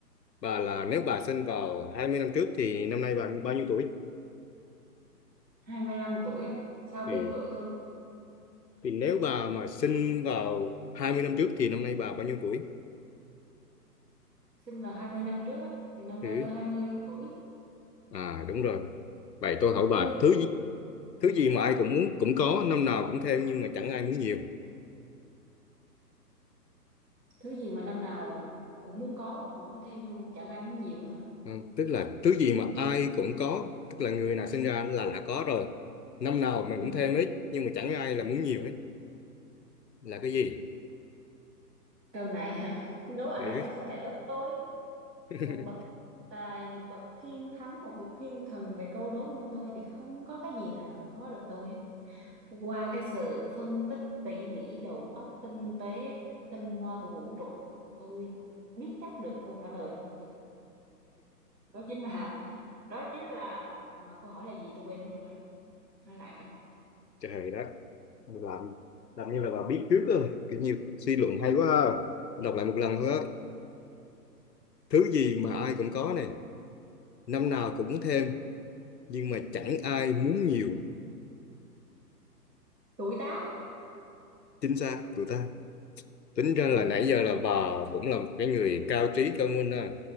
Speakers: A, on the left; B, on the right.
A: bà là nếu bà sinh vào 20 năm trước thì năm nay bà bao nhiêu tuổi?
B: 25 tuổi á sao ông
A: Ừ.
B: biết tuổi tôi
A: Thì nếu bà mà sinh vào 20 năm trước thì năm nay bà bao nhiêu tuổi?
B: sinh vào 20 năm trước á thì năm
A: Ừ.
B: nay tôi hai mươi tuổi
A: À đúng rồi. Vậy tôi hỏi
B: cho
A: bà
B: nên là
A: thứ gì- thứ gì mà ai cũng muốn cũng có, năm nào cũng theo nhưng mà chẳng ai muốn nhiều.
B: thứ gì mà năm nào cũng muốn có cũng muốn thêm nhưng chẳng ai muốn nhiều á hả
A: Ừ. Tức là thứ gì mà ai cũng có, tức là người nào sinh ra là đã có rồi. Năm nào mình
B: ừ
A: cũng thêm hết nhưng mà chẳng ai là muốn nhiều hết. Là cái gì?
B: câu này hả đố ai
A: Ừ.
B: chứ sao lại đố tôi
A: <laughs>
B: một bậc tài một bậc thiên thánh một bậc thiên thần về câu đố như tôi thì không có cái gì là làm khó được tôi hết qua cái sự phân tích tỉ mỉ đầu óc tinh tế tinh hoa của vũ trụ tôi biết chắc được câu trả lời luôn đó chính là đó chính là mà câu hỏi là gì tôi quên mất rồi nói lại coi
A: Trời đất. làm làm như là bà biết trước rồi kiểu như suy luận hay quá ha. Tôi đọc lại một lần thôi á thứ gì mà ai cũng có này năm nào cũng thêm nhưng mà chẳng ai muốn nhiều
B: tuổi tác
A: chính xác tụi ta tính ra là
B: đấy
A: nãy giờ là bà cũng là một cái người cao trí cao minh ha